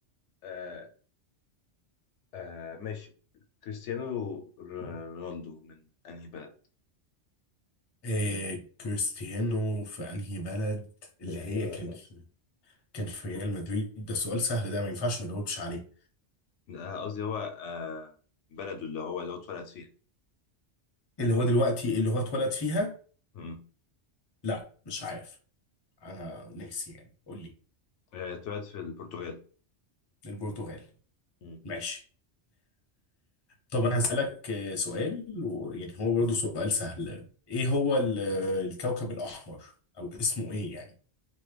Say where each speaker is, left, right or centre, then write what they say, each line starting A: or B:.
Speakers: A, on the left; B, on the left.
A: آه آه ماشي كريستيانو ر- رونالدو من أنهي بلد؟
B: إيه كريستيانو في انهي بلد اللي
A: من أنهي
B: هي
A: بلد
B: كان
A: اه
B: في كان في ريال مدريد ده سؤال سهل ده ما ينفعش ما نجاوبش عليه
A: آه، قصدي هو آه بلده اللي هو لو اتولد فيها
B: اللي هو دلوقتي اللي هو اتولد فيها
A: مم.
B: لا مش عارف انا ناسي يعني قول لي
A: آه اتولد في البرتغال
B: البرتغال
A: مم.
B: ماشي طب انا هسألك
A: قشطة.
B: آه، سؤال ويعني هو برضه سؤال سهل ايه هو ال- آه، الكوكب الاحمر او اسمه ايه يعني